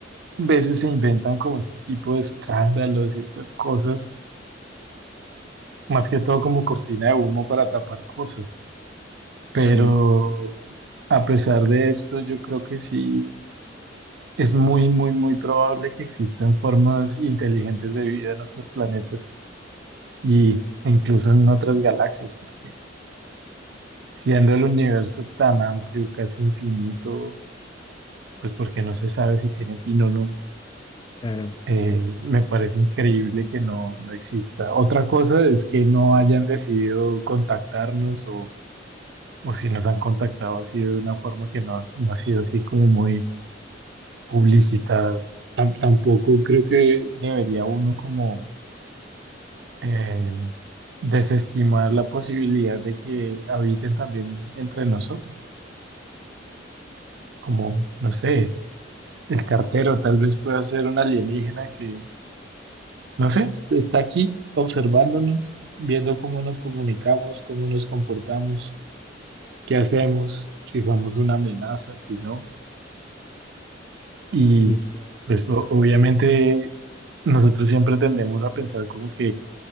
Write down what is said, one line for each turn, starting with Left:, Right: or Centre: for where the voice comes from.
Right: veces se inventan como este tipo de escándalos y estas cosas, más que todo como cortina de humo para tapar cosas. Pero
Left: Sí,
Right: a pesar de esto, yo creo que sí es muy, muy, muy probable que existan formas inteligentes de vida en otros planetas y e incluso en otras galaxias, porque siendo el universo tan amplio, casi infinito, pues porque no se sabe si tiene fin o no,
Left: claro.
Right: eh, me parece increíble que no, no exista. Otra cosa es que no hayan decidido contactarnos o, o si nos han contactado ha sido de una forma que no, no ha sido así como muy publicidad. Tam- tampoco creo que debería uno como eh, desestimar la posibilidad de que habiten también entre nosotros, como, no sé, el cartero tal vez pueda ser un alienígena que, no sé, est- está aquí observándonos, viendo cómo nos comunicamos, cómo nos comportamos, qué hacemos, si somos una amenaza, si no. Y
Left: Y, claro,
Right: pues o- obviamente nosotros siempre tendemos a pensar como que